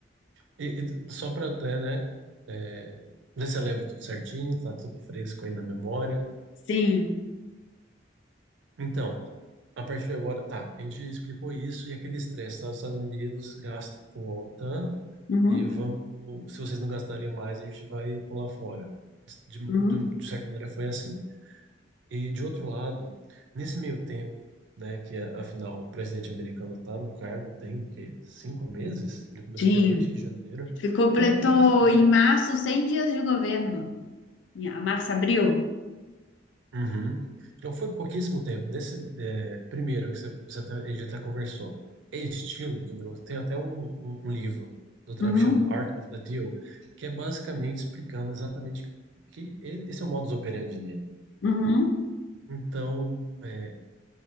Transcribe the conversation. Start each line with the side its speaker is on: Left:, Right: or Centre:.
Right: e, e só para até, né? É, ver se eu lembro tudo certinho, tá tudo fresco aí na memória.
Left: sim.
Right: Então. A partir de agora, tá, a gente explicou isso e aquele estresse, tá? Os Estados Unidos gasto com a OTAN
Left: Uhum,
Right: e vamos, se vocês não gastarem mais, a gente vai pular fora. De,
Left: uhum,
Right: de, de certa maneira foi assim. E de outro lado, nesse meio tempo, né, que é, afinal o presidente americano tá no cargo, tem que cinco meses, ele começou
Left: sim.
Right: dia 20 de janeiro,
Left: Ele completou
Right: é pouquíssimo
Left: em
Right: tempo.
Left: março 100 dias de governo. Em a- março, abril.
Right: Uhum. Não foi pouquíssimo tempo. Nesse é, primeiro que você, você até, a gente até conversou, é estilo de negócio. Tem até um, um, um livro do Trump
Left: Uhum,
Right: que chama Art of the Deal, que é basicamente explicando exatamente que e- esse é o modus operandi dele.
Left: uhum.
Right: Então, é,